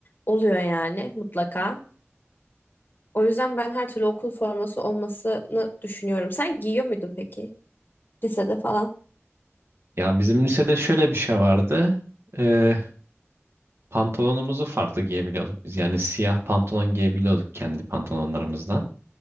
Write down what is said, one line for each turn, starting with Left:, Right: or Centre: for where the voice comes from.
Left: oluyor yani mutlaka. O yüzden ben her türlü okul forması olmasını düşünüyorum. Sen giyiyor muydun peki? Lisede falan.
Right: Ya bizim lisede şöyle bir şey vardı. Ee, pantolonumuzu farklı giyebiliyorduk biz. Yani siyah pantolon giyebiliyorduk kendi pantolonlarımızdan.